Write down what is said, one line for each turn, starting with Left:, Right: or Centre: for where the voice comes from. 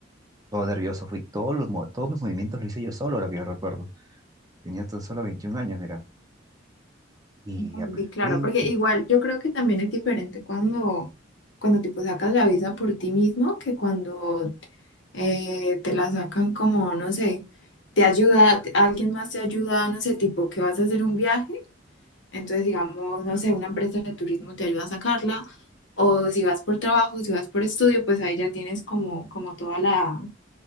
Right: todo nervioso, fui, todos los, mo- todos mis movimientos lo hice yo solo, ahora que yo recuerdo. Tenía tan solo 21 años, mira. Y
Left: <laughs>
Right: apliqué.
Left: Sí, claro, porque igual yo creo que también es diferente cuando, cuando tipo sacas la visa por ti mismo que cuando eh, te la sacan como, no sé, te ayuda, alguien más te ayuda, no sé, tipo que vas a hacer un viaje. Entonces, digamos, no sé, una empresa de turismo te ayuda a sacarla, o si vas por trabajo, si vas por estudio, pues ahí ya tienes como, como toda la,